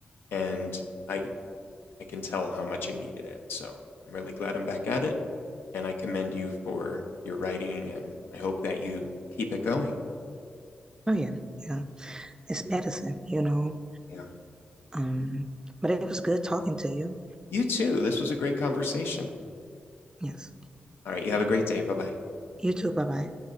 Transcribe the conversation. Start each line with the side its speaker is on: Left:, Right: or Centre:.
Left: and I I can tell how much I needed it. So I'm really glad I'm back at it, and I commend you for your writing, and I hope that you keep it going.
Right: Oh, yeah. Yeah. It's medicine, you know.
Left: Yeah.
Right: Um, but it was good talking to you.
Left: You too. This was a great conversation.
Right: Yes.
Left: All right. You have a great day. Bye bye.
Right: You too. Bye bye.